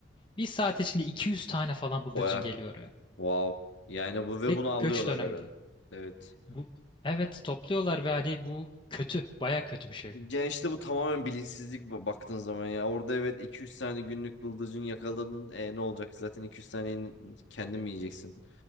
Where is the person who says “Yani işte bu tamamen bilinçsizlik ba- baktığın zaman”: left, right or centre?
Left